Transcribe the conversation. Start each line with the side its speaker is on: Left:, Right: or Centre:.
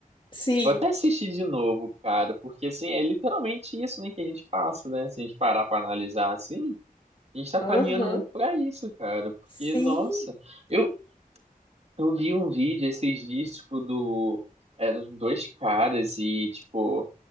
Left: Sim.
Right: Vou até assistir de novo, cara, porque, assim, é literalmente isso, né, que a gente passa, né? Se a gente parar pra analisar, assim... A gente tá
Left: Aham.
Right: caminhando muito pra isso, cara. Porque,
Left: Sim.
Right: nossa, eu, eu vi um vídeo esses dias, tipo, do. Eram dois caras e, tipo,